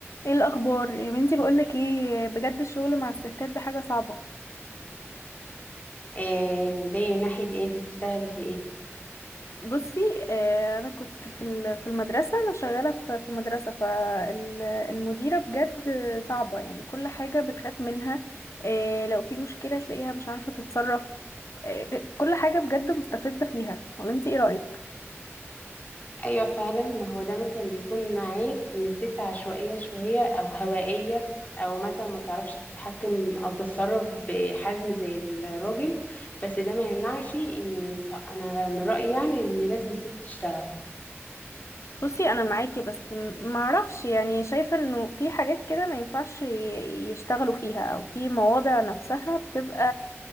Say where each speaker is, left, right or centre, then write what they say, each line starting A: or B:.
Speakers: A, on the left; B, on the left.
A: ايه الاخبار يا بنتي بقولك ايه بجد الشغل مع الستات ده حاجه صعبه
B: آه ليه ناحية ايه انت بتشتغلي ايه
A: بصي آه، انا كنت في ال- في المدرسه انا شغاله في في مدرسه فالمديره بجد صعبه يعني كل حاجه بتخاف منها آه، لو في مشكله تلاقيها مش عارفه تتصرف آه، كل حاجه بجد مستفزه فيها ولا انت ايه رايك
B: ايوه فعلا هو ده مثلا بيكون عيب ان الست عشوائية شوية او هوائية او مثلا ما بتعرفش تتحكم او تتصرف بحزم زي الراجل بس ده ما يمنعش ان ص- انا من رأيي يعني ان لازم الست تشتغل
A: بصي انا معاكي بس م- معرفش يعني شايفه انه في حاجات كده ما ينفعش ي- يشتغلوا فيها او في مواضع نفسها بتبقى